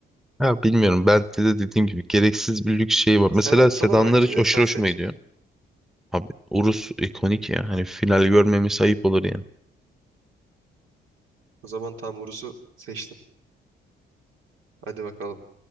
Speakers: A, in the centre; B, on the right (about 80°).
A: ya bilmiyorum. Bentley'de dediğim gibi gereksiz bir lüks şey var.
B: Sen,
A: Mesela
B: sana
A: sedanlar
B: bıraktım
A: hiç
B: ya.
A: aşırı
B: Sen seç.
A: hoşuma gidiyor. Abi Urus ikonik ya. Hani final görmemiz ayıp olur yani.
B: O zaman tam Urus'u seçtim. Hadi bakalım.